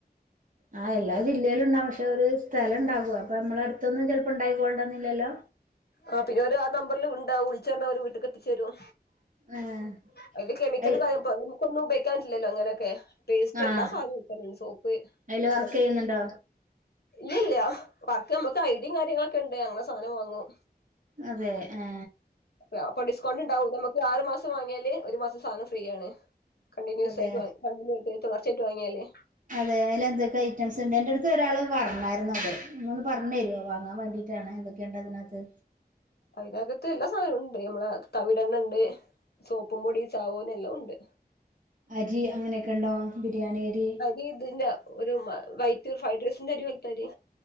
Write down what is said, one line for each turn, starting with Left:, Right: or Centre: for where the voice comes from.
Right: ആ എല്ലാ ജില്ലേലുംണ്ടാവും പക്ഷെ ഒരു സ്ഥലം ഉണ്ടാവും അപ്പൊ മ്മളടുത്തൊന്നും ചെലപ്പോ ണ്ടായിക്കൊള്ളണമെന്നി ല്ലല്ലോ
Left: ആ പിന്നെ അവര് ആ നമ്പരിലുണ്ടാവും വിളിച്ച് പറഞ്ഞാൽ വീട്ടിക്ക് എത്തിച്ചെരും
Right: ആഹ്
Left: അയില് കെമിക്കല്
Right: അയിൽ
Left: കായ പോ ഇപ്പ ന്നു ഉപ യോഗിക്കാൻ പറ്റില്ലല്ലോ ങ്ങനെക്കെ പേസ്റ്റ്
Right: ആഹ്
Left: ല്ലാ സാധ <unintelligible> ക്ക സോപ്പ്
Right: അയില്
Left: എല്ലാതും
Right: വർക്ക് ചെയ്യുന്നുണ്ടോ
Left: ല്ലല്ല വർക്കമ്മക്ക് ഐഡി കാര്യങ്ങളൊക്കെണ്ട്ഞങ്ങൾസാധനം വാങ്ങും
Right: അതെ എ
Left: പ്പൊ അപ്പൊ ഡിസ്കൗണ്ട് ണ്ടാവും നമുക്ക് ആറു മാസം വാങ്ങിയാല് ഒരു മാസം സാനം ഫ്രീ യാണ് കണ്ടിന്യൂസ്
Right: അതെ
Left: ആയി്ട്ട് വാ കണ്ടിന്യൂ ആട്ട് വ ർചായ്ട്ട് വാങ്ങിയാലെ
Right: അതെ ലെ ന്തൊക്കെ ഐറ്റംസ് ണ്ട് ന്റെറ ട്ത്ത് ഒരാൾ പർന്നായിരുന്നു അത് ന്ന തോന്ന് പറഞ്ഞെരോ വാങ്ങാൻ വേണ്ടിട്ടാണ് എന്തൊ ക്കേണ്ടതിനാകത്ത്
Left: അയ്നകത്ത് എല്ലാ സാനങ്ങള്ണ്ട് നമ്മളെ തവിടെെണ്ണ ണ്ട് സോപ്പും പൊടി സാവോനെഎല്ലാതുണ്ട്
Right: അരി അങ്ങനെക്കെ ണ്ടോ ബിരിയാണി അരി
Left: ഇഈ തിന്റെ ഒരു മ വൈറ്റ് ഫ്രൈഡസിണ്ടഅരി പോൽ തരി